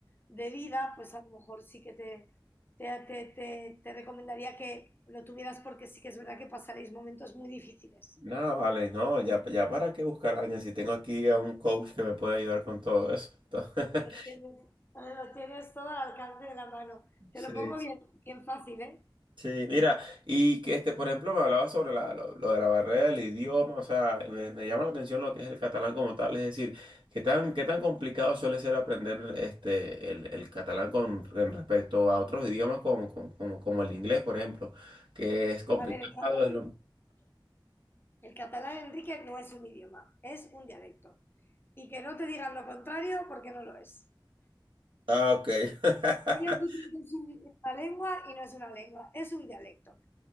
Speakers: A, on the left; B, on the right.
A: de vida, pues a lo mejor sí que te, te, te- te- te recomendaría que lo tuvieras porque sí que es verdad que pasaréis momentos muy difíciles.
B: Nada, vale, no, ya, ya para qué buscar a alguien si tengo aquí a un coach que me puede ayudar con todo eso. <laughs>
A: Lo tienes, eh, lo tienes todo al alcance de la mano. Te
B: sí.
A: lo pongo bien, bien fácil, ¿eh?
B: Sí, mira, y que este, por ejemplo, me hablaba sobre la- lo, lo de la barrera del idioma, o sea, me, me llama la atención lo que es el catalán como tal, es decir, qué tan, qué tan complicado suele ser aprender este, el, el catalán con, en respecto a otros idiomas como, como, como- como el inglés, por ejemplo, que es complicado.
A: A ver, el catalán,
B: es lo-
A: el catalán, Enrique, no es un idioma, es un dialecto. Y que no te digan lo contrario porque no lo es.
B: Ah, ok. <laughs>
A: Ellos dicen que es una lengua y no es una lengua, es un dialecto.